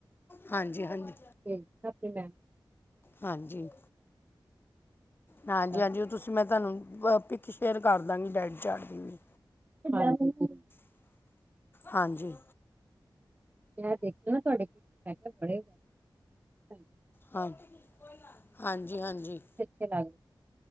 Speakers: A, on the left (about 25°); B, on the right (about 20°).
A: ਹਾਂਜੀ- ਹਾਂਜੀ-
B: ਦੇਣਾ ਆਪਣੀ ਮੈਮ
A: ਹਾਂਜੀ। ਹਾਂਜੀ
B: ਨੂੰ।
A: ਹਾਂਜੀ ਉਹ ਤੁਸੀਂ ਮੈਂ ਤਾਨੂੰ ਪਿੱਕ ਸ਼ੇਅਰ ਕਰ ਦਾਂਗੀ ਡਾਈਟ ਚਾਰਟ ਦੀ ਵੀ
B: <inaudible>
A: ਹਾਂਜੀ
B: ਮੈਂ ਦੇਖਿਆ ਨਾ ਤੁਹਾਡੇ ਮੈਂ ਕਿਹਾ ਬੜੇ ਹੀ।
A: ਹਾਂਜੀ ਹਾਂਜੀ ਹਾਂਜੀ।
B: ਇਥੇ ਤੱਕ